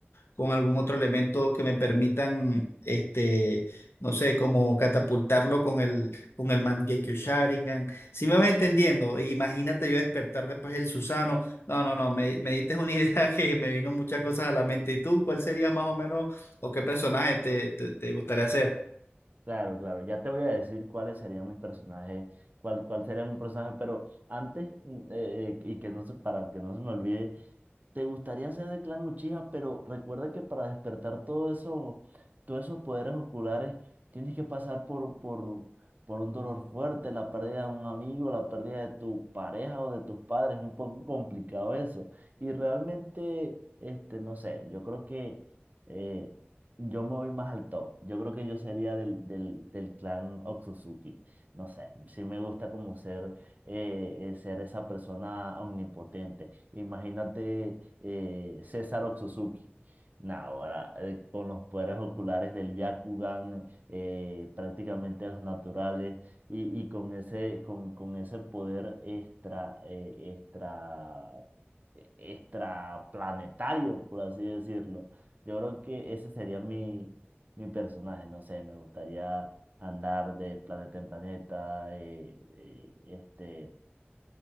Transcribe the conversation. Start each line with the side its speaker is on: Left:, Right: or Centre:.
Left: con algún otro elemento que me permitan, este, no sé, como catapultarlo con el, con el Mangekyo Sharingan. Si me vas entendiendo, e imagínate yo despertar después el Susano. No, no, no, me, me diste una idea <laughs> que me vino muchas cosas a la mente. ¿Y tú cuál sería más o menos o qué personaje te, te, te gustaría hacer?
Right: Claro, claro. Ya te voy a decir cuáles serían mis personajes, cuál, cuál sería mi personaje, pero antes, mm, eh, eh, y que no se, para que no se me olvide, ¿te gustaría ser de Clan Uchiha? Pero recuerda que para despertar todo eso, todos esos poderes oculares, tienes que pasar por, por, por un dolor fuerte, la pérdida de un amigo, la pérdida de tu pareja o de tus padres. Es un poco complicado eso. Y realmente, este, no sé, yo creo que... eh, yo me voy más al top. Yo creo que yo sería del, del, del clan Otsutsuki. No sé, sí me gusta como ser, eh, eh, ser esa persona omnipotente. Imagínate eh, César Otsutsuki. Nah, ahora eh, con los poderes oculares del Byakugan, eh, prácticamente los naturales, y, y con ese, con, con ese poder extra, eh, extra, extra planetario, por así decirlo yo creo que ese sería mi, mi personaje, no sé, me gustaría andar de planeta en planeta, eh, eh, este,